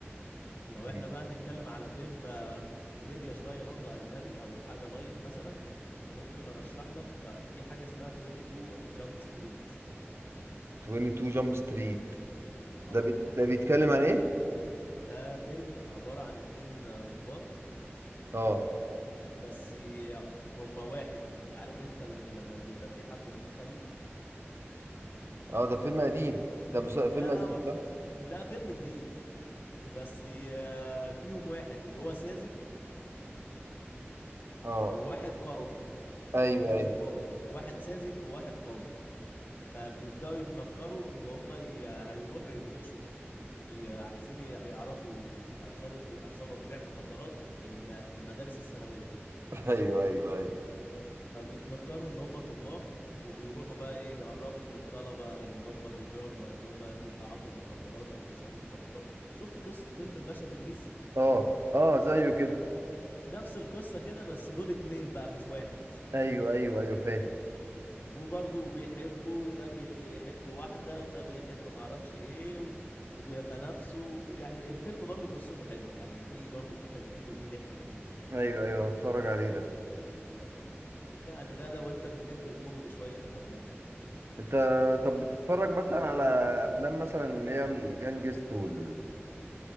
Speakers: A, on the left (about 45°); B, on the right (about 65°).
A: لو
B: مم.
A: احنا بقى نتكلم على فيلم آه، كوميديا شوية برضو أجنبي أو حاجة لايت مثلا ممكن أرشح لك آه، في حاجة اسمها 22 جامب ستريت
B: 22 جامب ستريت
A: اه
B: ده بيت... ده بيتكلم عن ايه
A: ده فيلم عبارة عن اتنين آه، ضباط
B: اه
A: بس ي- هما واحد عارف انت اللي لما بيبقى في حد متخلف
B: اه ده فيلم قديم ده مس... فيلم
A: لا
B: قديم
A: لا هو-
B: صح
A: لا فيلم جديد بس آه، فيهم واحد اللي هو ساذج
B: اه
A: وواحد قوي
B: ايوه
A: هما اتنين
B: ايوه
A: ضباط واحد ساذج وواحد قوي فبيبداوا يتنكروا ان هم ي- هيروحوا يقفشوا ي- عايزين ي- يعرفوا عصابة ب- عصابة بيع مخدرات في الم... في المدارس الثانوية
B: <laughs> ايوه ايوه ايوه
A: فبيتنكروا ان هم طلاب وبيروحوا بقى ايه يقربوا من الطلبة اللي هم بيبيعوا الم... اللي هم بيتعاطوا المخدرات او بيشربوا مخدرات شفت قصة فيلم الباشا تلميذ
B: اه اه زيه كده
A: ن... نفس القصة كده بس دول اتنين بقى مش واحد
B: ايوه ايوه ايوه فاهم
A: وبرضه بيحبوا وده بيحب واحدة وده بيحب معرفش ايه و... وبيتنافسوا يعني الفيلم برضه قصته حلوة يعني في برضه في تجديد وفي ضحك كتير
B: ايوه ايوه هتفرج عليه ده
A: يعني ده لو انت بتحب الكوميدي شوية في الأجنبي
B: انت طب بتتفرج مثلا على افلام مثلا اللي هي الجانجست والعصابات